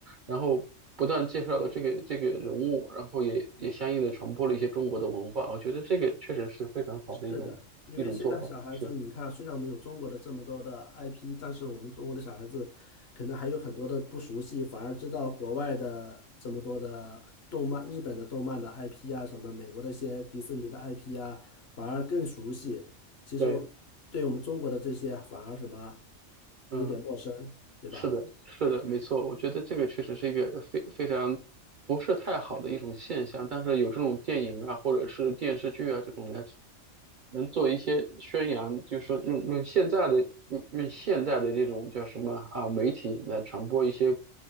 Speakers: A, on the right; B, on the left.
A: 然后不断介绍了这个这个人物，然后也也相应的传播了一些中国的文化，我觉得这个确实是非常好的一种一种做法，
B: 是的，因为现在小孩子，
A: 是
B: 你看，虽然我们有中国的这么多的 IP，但是我们中国的小孩子可能还有很多的不熟悉，反而知道国外的这么多的动漫，日本的动漫的 IP 啊，什么美国的一些迪士尼的 IP 啊，反而更熟悉。其实
A: 对，
B: 对我们中国的这些反而什么
A: 嗯。
B: 有点陌生，对吧？
A: 是的，是的，没错，我觉得这个确实是一个非非常不是太好的一种现象，但是有这种电影啊，或者是电视剧啊这种来能做一些宣扬，就是说用用现在的用用现在的这种叫什么啊媒体来传播一些